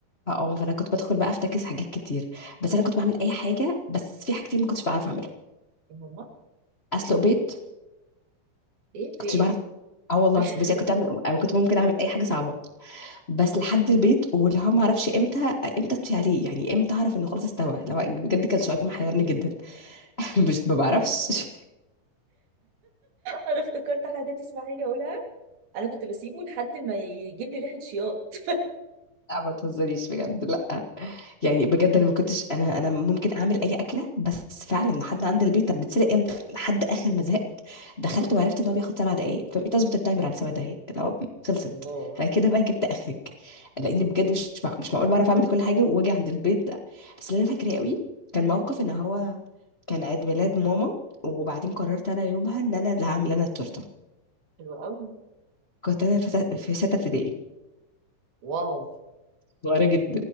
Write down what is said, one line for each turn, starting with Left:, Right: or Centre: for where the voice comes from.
Left: آه، فانا كنت بدخل بقى افتكس حاجات كتير بس انا كنت بعمل اي حاجه بس في حاجتين ما كنتش بعرف اعملها
Right: يا ماما
Left: اسلق بيض
Right: ايه في
Left: كنتش
Right: ايه
Left: بعرف اه والله
Right: <laughs>
Left: بصي أنا كنت بعمل انا كنت ممكن اعمل اي حاجه صعبه بس لحد البيت واللي هو ما اعرفش امتى امتى اطفي عليه يعني امتى اعرف انه خلاص استوى لو بجد كان شعور محيرني جدا <laughs> مش ما بعرفش
Right: انا افتكرت حاجه تسمحي لي اقولها انا كنت بسيبه لحد ما يجيب لي ريحه شياط
Left: لا ما تهزريش بجد لا يعني بجد انا ما كنتش انا انا ممكن اعمل اي اكله بس فعلا لحد عند البيت طب بتسرق امتى لحد اخر ما زهقت دخلت وعرفت ان هو بياخد سبع دقائق فبقيت اظبط التايمر على سبع دقائق اللي هو
Right: <laughs>
Left: خلصت
Right: الله
Left: انا كده بقى جبت اخرك لان بجد مش مع... مش معقول بعرف اعمل كل حاجه واجي عند البيت ده بس اللي انا فاكراه قوي كان
Right: مم.
Left: موقف ان هو كان عيد ميلاد ماما وبعدين
Right: أوكي.
Left: قررت انا يومها ان انا اللي هعمل انا التورته
Right: حلو قوي
Left: كنت انا في سته في ستة ابتدائي
Right: واو
Left: صغيره